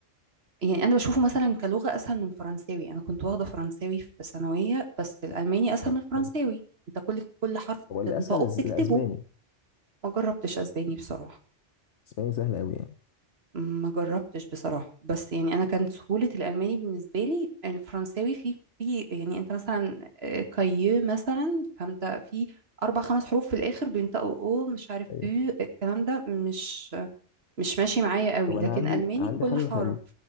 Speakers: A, on the right; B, on the left.
A: يعني انا بشوفه مثلا كلغه اسهل من فرنساوي انا كنت واخده فرنساوي في ثانويه بس الالماني
B: لا
A: اسهل
B: لا
A: من الفرنساوي
B: خالص
A: انت كل كل حرف
B: هو الاسهل
A: بتنطقه
B: الز-
A: بتكتبه
B: الاسباني
A: ما جربتش اسباني بصراحة
B: الاسباني سهل قوي يعني
A: ما جربتش بصراحة بس يعني انا كانت سهولة الالماني بالنسبة لي الفرنساوي في في يعني انت مثلا آه، كاي مثلا فانت في اربع خمس حروف في الاخر بينطقوا او مش عارف
B: طيب.
A: او الكلام ده مش مش ماشي معايا قوي
B: طب انا
A: لكن
B: عندي
A: الماني
B: عندي
A: كل
B: حل
A: حرف
B: حلو